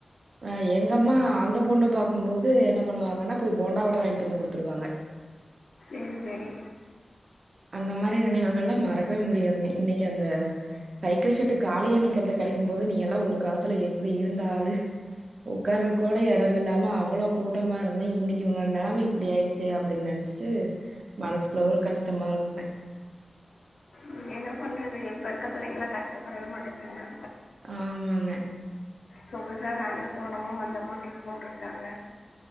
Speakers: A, on the right; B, on the left.
A: அ எங்கம்மா அந்தப் பொண்ணு பாக்கும் போது என்ன பண்ணுவாங்கன்னா போய் போண்டா வட வாங்கிட்டு வந்து குடுத்துருவாங்க
B: ம் செரி
A: அந்த மாரி நினைவுகள்ள் மறக்கவே முடியாதுங்க இன்னைக்கு அந்த சைக்கிள் ஷட்டு காலியா நிக்கறத க கெடைக்கும்போது நீயெல்லா ஒரு காலத்துல எப்டி இருந்த ஆளு உட்காருக் கூட எடம் இல்லாம அவ்ளோ கூட்டமாருந்தா இன்னிக்கு உன்னோட நெலம இப்டி ஆயிடிச்சே அப்டின்‌ நென் னச்சிட்டு மனசுக்குள்ள ஒரு கஷ்டமாருக்குங்க
B: இது என்ன பண்றது இப்ப இருக்கற பிள்ளைங்கள்ல கஷ்டப்படவே மாட்டேங்குதுங்க
A: ஆமாங்க
B: சொகுசா வேன்ல போனோமா வந்தமாட்ருக்கணுன்ருக்காங்க